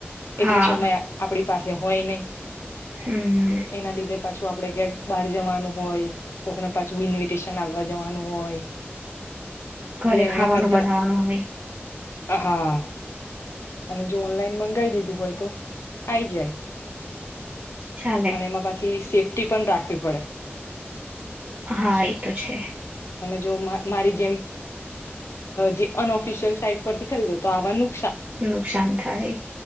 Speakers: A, on the left; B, on the right.
A: એટલો
B: હા
A: સમય આપડી પાસે હોય નહી
B: હમ
A: એના લીધે પાછું આપ આપડે ક્યાંક બહાર જવાનું હોય કોકને પાછું ઇન્વિટેશન હવા જવાનું હોય
B: ઘરે
A: એટલે
B: ખાવાનું
A: એના કરતા
B: બનાવાનું હોય
A: હા અને જો ઓનલાઈન મંગાવ દીધું હોય તો આઈ જાય
B: ચાલે
A: પણ એમાં પછી સેફ ી પણ રાખવી પડે
B: હા એ તો છે
A: જોોમાં મારી જેમ જે અન ઓફિશિયલ સાઈટ પરથી ખરીદો આવવાનું
B: નુકસાન થાય